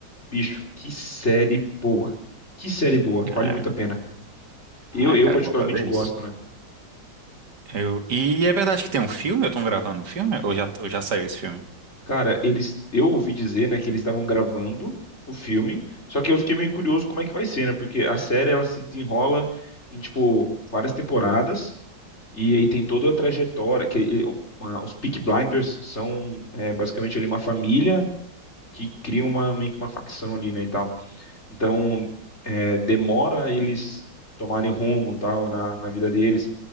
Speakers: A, on the left (about 35°); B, on the right (about 65°).
A: bicho, que série boa. Que série boa,
B: Cara,
A: vale muito a pena.
B: ai,
A: Eu, eu
B: cara,
A: particularmente
B: eu vou fazer
A: gosto,
B: isso.
A: né?
B: Eu... E é verdade que tem um filme? Eu tô gravando um filme? Ou já, ou já saiu esse filme?
A: Cara, eles, eu ouvi dizer, né, que eles estavam gravando o filme, só que eu fiquei meio curioso como é que vai ser, né? Porque a série ela se desenrola em tipo várias temporadas e aí tem toda a trajetória que eh, uma- os Peaky Blinders são eh, basicamente ali uma família que cria uma meio que uma facção ali, né, e tal. Então, eh, demora eles tomarem rumo, tal, na, na vida deles.